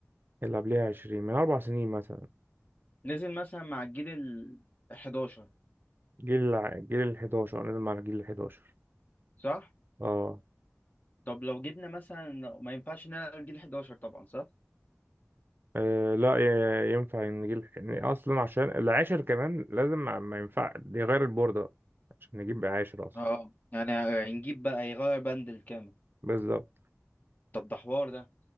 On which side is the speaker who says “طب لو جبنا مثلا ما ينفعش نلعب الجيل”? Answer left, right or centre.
Left